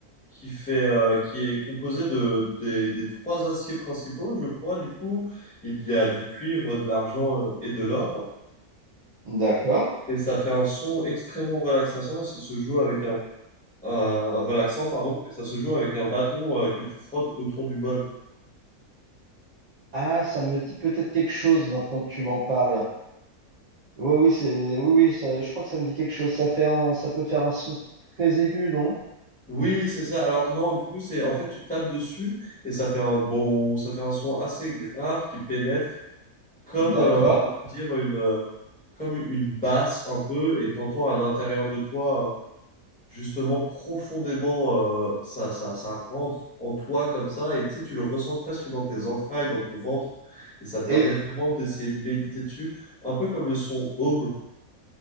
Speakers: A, in the centre; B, on the right.
A: qui fait, euh, qui est composé de, des, des trois aciers principaux, je crois. Du coup, il y a du cuivre, de l'argent euh, et de l'or.
B: D'accord.
A: Et ça fait un son extrêmement relaxant et ça se joue avec un, un- un relaxant, pardon, et ça se joue avec un bâton euh, que tu frottes autour du bol.
B: Ah, ça me dit peut-être quelque chose maintenant que tu m'en parles. Oui, oui, c'est, oui, oui, ça- je crois que ça me dit quelque chose. Ça fait un, ça peut faire un son très aigu, non?
A: Oui, c'est ça. Alors non, du coup, c'est en fait tu tapes dessus et ça fait un bon, ça fait un son assez grave qui pénètre comme
B: D'accord.
A: euh, on va dire une euh, comme une basse un peu et t'entends à l'intérieur de toi justement profondément euh, ça, ça ça rentre en toi comme ça et tu sais tu le ressens presque dans tes entrailles dans ton ventre et ça permet
B: Et
A: vraiment d'essayer de méditer dessus un peu comme le son home